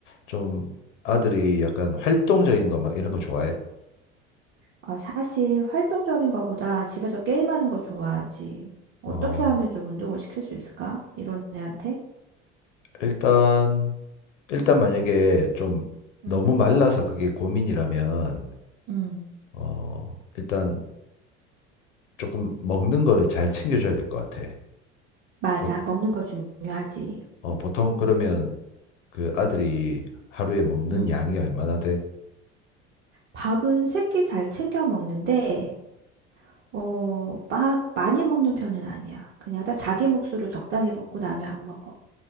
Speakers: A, on the left (about 80°); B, on the right (about 35°).
A: 좀 아들이 약간 활동적인 거 막 이런 거 좋아해?
B: 아, 사실 활동적인 거보다 집에서 게임하는 거 좋아하지. 어떻게
A: 어,
B: 하면 좀 운동을 시킬 수 있을까? 이런 애한테?
A: 일단 일단 만약에 좀 너무
B: 음,
A: 말라서 그게 고민이라면
B: 음.
A: 어, 일단 조금 먹는 거를 잘 챙겨줘야 될 것 같아.
B: 맞아.
A: 보,
B: 먹는 거 중요하지.
A: 어, 보통 그러면 그 아들이 하루에 먹는
B: 음.
A: 양이 얼마나 돼?
B: 밥은 새끼 잘 챙겨 먹는데, 어, 막 많이 먹는 편은 아니야. 그냥 딱 자기 몫으로 적당히 먹고 나면 안 먹어.